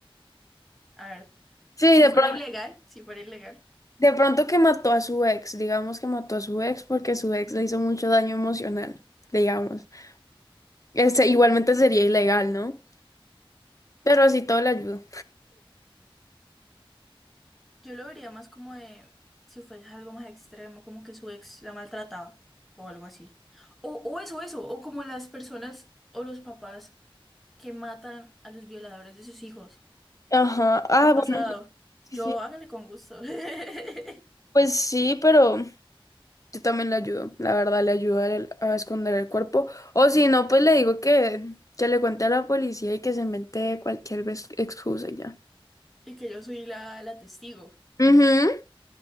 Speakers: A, in the centre; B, on the left.
A: a ver,
B: Sí,
A: Si
B: de
A: fuera
B: pronto,
A: ilegal, si fuera ilegal,
B: de pronto que mató a su ex, digamos que mató a su ex porque su ex le hizo mucho daño emocional, digamos. Este, igualmente sería ilegal, ¿no? Pero así todo le ayuda.
A: yo lo vería más como de si fuera algo más extremo, como que su ex la maltrataba o algo así. O, o eso, eso, o como las personas o los papás que matan a los violadores de sus hijos.
B: Ajá. Ah,
A: ¿Qué ha pasado?
B: bueno, sí,
A: Yo
B: sí.
A: hágale con gusto. <laughs>
B: Pues sí, pero Yo también le ayudo, la verdad, le ayudo a, él a esconder el cuerpo. O si no, pues le digo que, que le cuente a la policía y que se invente cualquier ves- excusa y ya.
A: Y que yo soy la, la testigo.
B: Ujú.